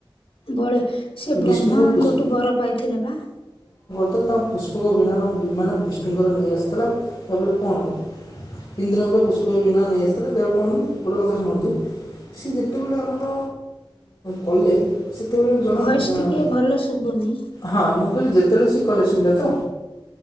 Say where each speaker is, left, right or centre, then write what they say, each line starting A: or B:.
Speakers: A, on the left (about 80°); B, on the left (about 40°).
A: ବଳେ ସେ
B: ବିଷ୍ଣୁଙ୍କ
A: ବ୍ରହ୍ମାଙ୍କଠୁ
B: ପୁଷ୍ପ
A: ବର ପାଇଥିଲେ ବା
B: ମତରେ ତାଙ୍କ ପୁଷ୍ପକ ବିନା ବିମାନ ବିଷ୍ଣୁଙ୍କର ନେଇ ଆସିଥିଲା ଏହାପରେ କଣ ଇନ୍ଦ୍ରଙ୍କ ପୁଷ୍ପ ବିନା ନେଇ ଆସିଥିଲେ କଣ ଗୋଟେ କଥା ଶୁଣନ୍ତୁ ସିଏ ଯେତେବେଳେ ଆମର କଲେ - <inaudible> ସେତେବେଳେ ଜଣେ
A: ଭଏସ
B: ୟ,
A: ଟିକେ ଭଲ ଶୁଭୁନି
B: ହଁ ମୁ କହିଲି ଯେତେବେଳେ ସେ କଲେ ଶୁଣିଲ ତ